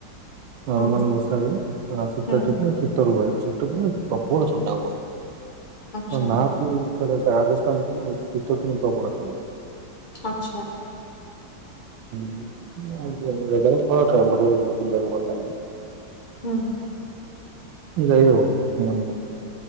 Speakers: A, on the right; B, on the left.
A: ନର୍ମାଲ
B: ହଁ
A: ବର୍ଷା ରୁହେ ଶୀତ
B: ହୁଁ
A: ଦିନେ ଶୀତ ରୁହେ ଶୀତ ଦିନେ ପ୍ରବଳ ଥଣ୍ଡା ହୁଏ।
B: ଆଚ୍ଛା
A: ନା କ ରାଜସ୍ଥାନ ଶୀତ ଦିନ ପ୍ରବଳ <unintelligible>
B: ଆଚ୍ଛା।
A: <unintelligible> ବଢ଼ିଆ ବୁଲିବାକୁ ଭଲ ଲାଗେ।
B: ହୁଁ।
A: ଯାଇ ହବ।